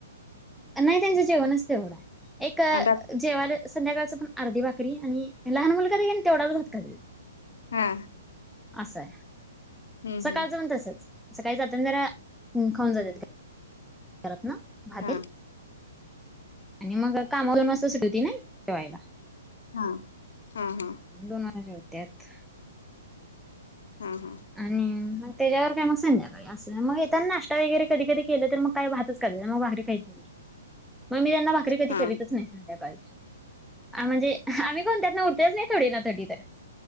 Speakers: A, in the centre; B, on the left.
A: नाही त्यांचं जेवणच तेवढं आहे एक
B: आण रात
A: जेवायला संध्याकाळचं पण अर्धी भाकरी आणि लहान मुलगा घेईल तेवढाच भात खात्यात.
B: हा!
A: अस हाय
B: हम्म
A: सकाळच
B: हम्म
A: पण तसच. सकाळी जाताना जरा खाऊन जातात करत ना खातील.
B: हा
A: आणि मग कामावर दोन वाजता सुट्टी होती न्हाय जेवायला.
B: हा हा हा!
A: दोन वाजता जेवत्यात.
B: हा हा
A: आणि मग त्याच्यावर काय मग संध्याकाळी असे मग येताना नाश्ता वगैरे कधी कधी केलं तर मग काय भाताचं करणार मग भाकरी खायची मग मी त्यांना भाकरी कधी
B: हा
A: करीतच नाही संध्याकाळची म्हणजे आम्ही कोणत ना उरतेच ना थोडी ना कधी तरी